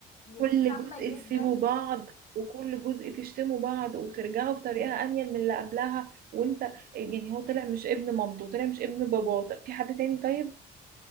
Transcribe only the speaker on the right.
كل
جزء
تسيبوا بعض وكل جزء تشتموا بعض وترجعوا بطريقة أنيل من اللي قبلها وانت يعني هو طلع مش ابن مامته طلع مش ابن باباه طب في حد تاني طيب